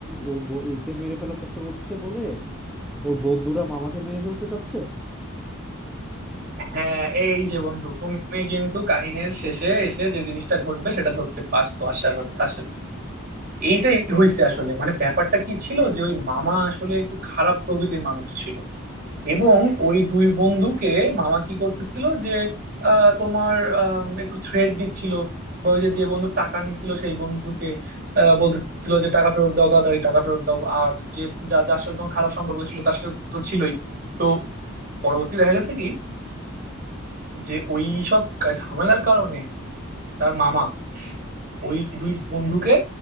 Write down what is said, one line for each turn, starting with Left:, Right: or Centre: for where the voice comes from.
Centre: ও ব- একে মেরে ফেলার চেষ্টা করছে বলে ওর বন্ধুরা মামাকে মেরে ফেলতে চাচ্ছে
Right: হ্যাঁ এই যে বন্ধু তুমি কিন্তু কাহিনীর শেষে এসে যে জিনিসটা ঘটবে সেটা ধরতে পারছো আশা করি আসলে এইটাই হয়েছে আসলে মানে ব্যাপারটা কি ছিল যে ওই মামা আসলে একটু খারাপ প্রকৃতির মানুষ ছিল এবং ওই দুই বন্ধুকে মামা কি করতেছিল যে আহ, তোমার আহ, একটু থ্রেট দিচ্ছিল বা ওই যে যে বন্ধু টাকা নিছিল সেই বন্ধুকে আহ, বলতেছিল যে টাকা ফেরত দাও তাড়াতাড়ি টাকা ফেরত দাও আর যে যা- যার সাথে তোমার খারাপ সম্পর্ক ছিল তার সাথে তো ছিলই তো পরবর্তী দেখা গেছে কি যে ওই সব কা- ঝামেলার কারণে তার মামা ওই দুই বন্ধুকে